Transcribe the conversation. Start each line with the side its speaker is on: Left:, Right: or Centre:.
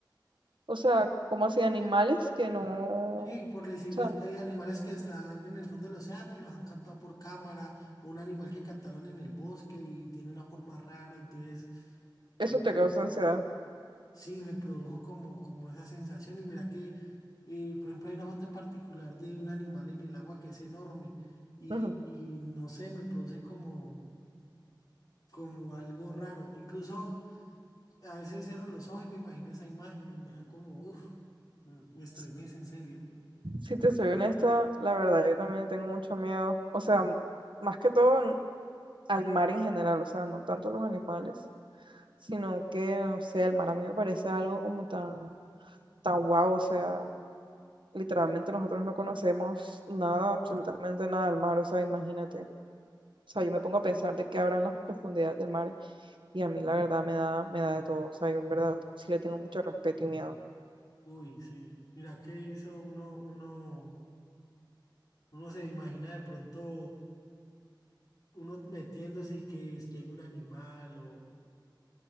Right: O sea, como así animales que no... O
Left: Sí, por decir
Right: sea,
Left: eh, animales que están en el fondo del océano y los han captado por cámara, o un animal que captaron en el bosque y tiene una forma rara, entonces,
Right: eso
Left: no
Right: te
Left: sé,
Right: causa ansiedad.
Left: sí, me produjo como, como esa sensación. Y mira que, eh, por ejemplo, hay una foto en particular de un animal en el agua que es enorme y,
Right: Ujú.
Left: y no sé, me produce como, como algo raro. Incluso... A veces cierro los ojos y me imagino esa imagen y me da como, uff, me me estremece
Right: S-
Left: en serio.
Right: Si te soy honesta, la verdad, yo también tengo mucho miedo. O sea, m- más que todo n- al mar en general, o sea, no tanto a los animales, sino que, o sea, el mar a mí me parece algo como tan, tan guau, o sea. Literalmente nosotros no conocemos nada, absolutamente nada del mar, o sea, imagínate. O sea, yo me pongo a pensar de qué habrán las profundidades del mar y a mí la verdad me da, me da de todo. O sea, yo en verdad sí le tengo mucho respeto y miedo.
Left: Uy, sí. Mira que eso uno, uno, uno se imagina de pronto uno metiéndose y que llegue un animal o,